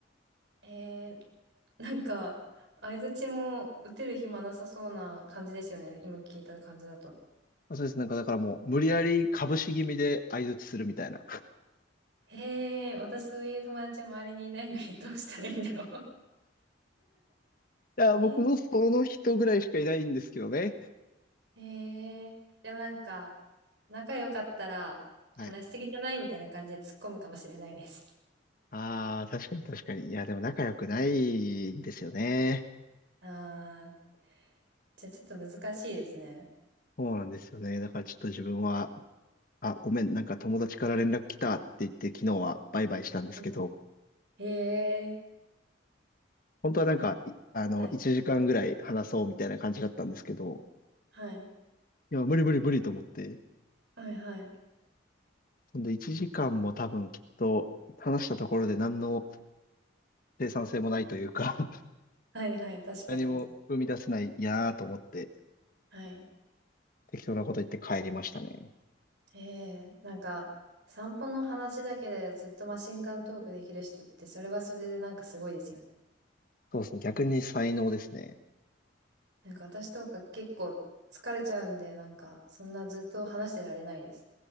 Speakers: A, on the right; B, on the left.
A: ー、えーなんか、相槌も打てる暇なさそうな感じですよね。今聞いた感じだと。
B: まあ、そうです。なんかだからもう無理やり株式気味で相槌するみたいな。い
A: へえ、私そういう友達周りにいないのにどうしたらいいんだろう。
B: や、僕もその人ぐらいしかいないんですけどね。
A: <laughs> えー、へえ、でもなんか、仲良かったら話しすぎじゃないみたいな感じで突っ込むかもしれないです。
B: はい。
A: <laughs>
B: ああ、確かに確かに。いや、でも仲良くないんですよね。
A: ああ、じゃあちょっと難しいですね。
B: そうなんですよね。だからちょっと自分は、あ、ごめん、なんか友達から連絡来たって言って昨日はバイバイしたんですけど、
A: はいへえ、
B: 本当はなんか、
A: いや
B: いあの、
A: はい、
B: 1時間ぐらい話そうみたいな感じだったんですけど、
A: はい、
B: いや、無理無理無理と思って、
A: はい、はい、
B: ほんで1時間も多分きっと話したところで何の生産性もないというか <laughs>
A: はい、はい、確かに。
B: 何も生み出せないなぁと思って
A: はい。
B: 適当なこと言って帰りましたね。
A: へえ、なんか、散歩の話だけでずっとマシンガントークできる人って、それはそれでなんかすごいですよね。
B: そうですね。逆に才能ですね。
A: なんか私とか結構疲れちゃうんで、なんかそんなずっと話してられないです。